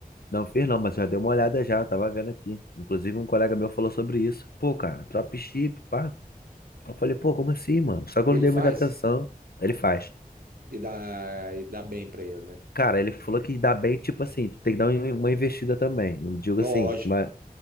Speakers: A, on the left; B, on the right.
A: Não fiz não, mas já dei uma olhada já, tava vendo aqui. Inclusive um colega meu falou sobre isso. Pô, cara, dropship, pá. Eu falei, pô, como assim, mano? Só que
B: E
A: eu não
B: ele
A: dei
B: faz
A: muita atenção. Ele faz.
B: e dá, e dá bem para ele, né?
A: Cara, ele falou que dá bem, tipo assim, tu tem que dar um, uma investida também. Não digo
B: Lógico.
A: assim, mas